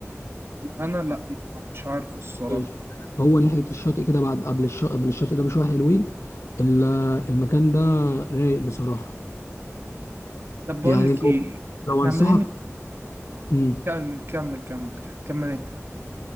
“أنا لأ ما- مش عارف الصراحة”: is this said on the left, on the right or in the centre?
Right